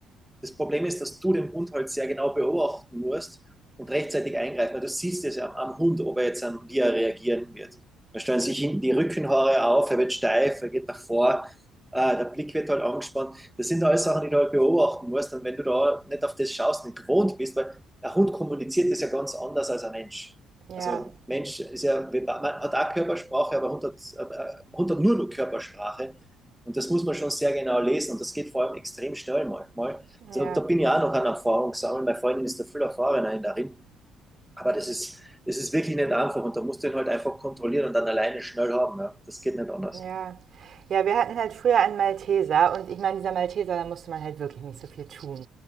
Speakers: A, in the centre; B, on the right.
A: Das Problem ist, dass du den Hund halt sehr genau beobachten musst und rechtzeitig eingreifen, weil du siehst es ja am Hund, ob er jetzt, an, wie er reagieren wird. Da stellen sich hinten die Rückenhaare auf, er wird steif, er geht nach vor, äh, der Blick wird halt angespannt. Das sind alles Sachen, die du halt beobachten musst. Und wenn du da nicht auf das schaust, nicht gewohnt bist, weil ein Hund kommuniziert das ja ganz anders als ein Mensch.
B: ja.
A: Also Mensch ist ja, man hat auch Körpersprache, aber Hund hat, äh, Hund hat nur Körpersprache. Und das muss man schon sehr genau lesen. Und das geht vor allem extrem schnell manchmal.
B: Ja,
A: So, da bin ich auch noch an Erfahrung sammeln. Meine Freundin ist da viel erfahrener darin. Aber das ist, das ist wirklich nicht einfach und da musst du ihn halt einfach kontrollieren und dann alleine schnell haben. Ja. Das geht nicht anders.
B: ja. Ja, wir hatten halt früher einen Malteser und ich meine, dieser Malteser, da musste man halt wirklich nicht so viel tun.